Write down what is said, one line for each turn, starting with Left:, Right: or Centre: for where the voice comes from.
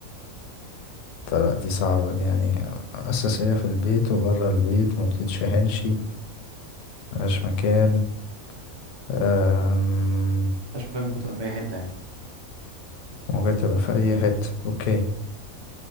Left: طلع دي صعبة دي يعني أساسية في البيت وبره البيت ما بتتشحنش ملهاش مكان أم،
Right: مفيش مكان ممكن تبقى في أي حتة يعني
Left: ممكن تبقى في أي حتة اوكي